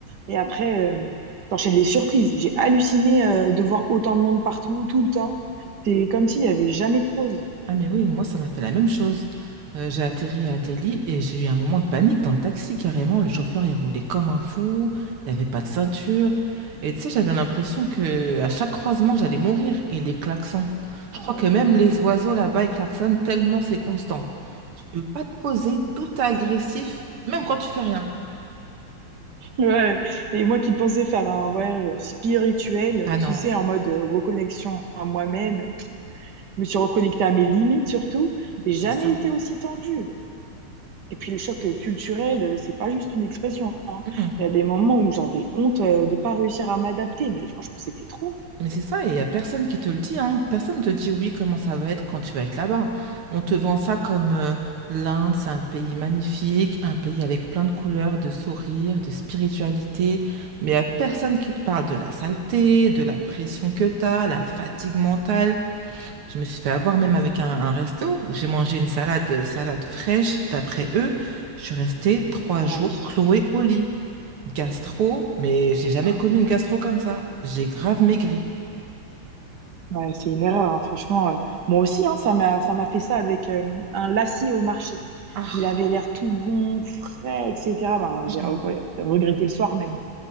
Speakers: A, on the right (about 55°); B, on the right (about 85°).
A: Et après, euh, t'enchaînes les surprises. J'ai halluciné, euh, de voir autant de monde partout, tout le temps. C'est comme s'il y avait jamais de pause.
B: Ah mais oui, moi ça m'a fait la même chose. Euh, j'ai atterri à Delhi et j'ai eu un moment de panique dans le taxi carrément. Le chauffeur il roulait comme un fou, il n'y avait pas de ceinture. Et tu sais, j'avais l'impression que à chaque croisement j'allais mourir et les klaxons. Je
A: Ah
B: crois que
A: oui.
B: même les oiseaux là-bas ils klaxonnent tellement c'est constant. Tu peux pas te poser, tout est agressif, même quand tu fais rien.
A: Ouais. Et moi qui pensais faire un voyage spirituel,
B: Ah non,
A: tu sais, en mode euh, reconnexion à moi-même, Je me suis reconnectée à mes limites surtout. J'ai
B: c'est
A: jamais
B: ça.
A: été aussi tendue. Et puis le choc euh, culturel, euh, c'est pas juste une expression.
B: Mmh, mmh.
A: Il y a des moments où j'avais honte euh, de pas réussir à m'adapter, mais franchement, c'était trop.
B: Mais c'est ça, et il n'y a personne qui te le dit, hein. Personne ne te dit oui, comment ça va être quand tu vas être là-bas. On te vend ça comme euh, l'Inde, c'est un pays magnifique, un pays avec plein de couleurs, de sourires, de spiritualité, mais il n'y a personne qui te parle de la saleté, de la pression que tu as, la fatigue mentale. Je me suis fait avoir même avec un, un resto où j'ai mangé une salade, euh, salade fraîche, d'après eux. Je suis restée trois
A: Ah
B: jours
A: oui.
B: clouée au lit. Gastro, mais j'ai jamais
A: Ouais.
B: connu une gastro comme ça. J'ai grave maigri.
A: Ouais, c'est une erreur, hein, franchement. euh, moi aussi, hein, ça m'a, ça m'a fait ça avec euh, un lacis au marché.
B: Ah,
A: Il avait l'air tout bon, frais, etc. Ben,
B: mm,
A: j'ai regr- regretté le soir même.